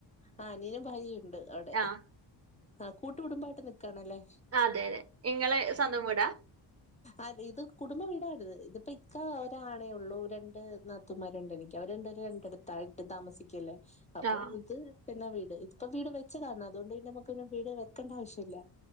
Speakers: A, on the left; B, on the right.
A: ആഹ് അനിയനും ഭാര്യയുണ്ട് അവടെ
B: ആഹ്
A: ആഹ് കൂട്ടുകുടുംബായിട്ട് നിക്കാണല്ലേ.
B: ആഹ് അതെ യതെ ഇങ്ങള് സ്വന്തം വീടാ.
A: അതെ ഇത് കുടുംബ വീടാത് ഇതിപ്പോ ഇക്ക ഒരാണേ ഒള്ളൂ രണ്ട് നാ ത്തുമാരുണ്ടെനിക്ക് അവര് രണ്ടേരും രണ്ടെട്ത്തായിട്ട് താമസിക്കല്ലേ അപ്പം
B: ആഹ്
A: ഇത് തന്നെ വീട് ഇപ്പോ വീട് വെച്ചതാണ് അതൊണ്ട് പിന്നമ്മക്ക് പിന്നെ വീട് വെക്കണ്ട ആവശ്യല്ല.